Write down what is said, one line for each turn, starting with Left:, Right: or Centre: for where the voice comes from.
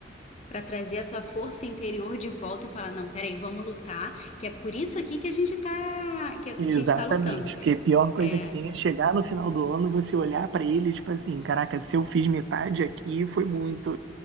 Left: Pra trazer a sua força interior de volta e falar, não, peraí, vamos lutar, que é por isso aqui que a gente tá, que a
Right: Exatamente,
Left: gente tá lutando.
Right: porque a pior coisa
Left: É,
Right: que tem é chegar no final do ano, você olhar pra ele, tipo assim, caraca, se eu fiz metade aqui, foi muito.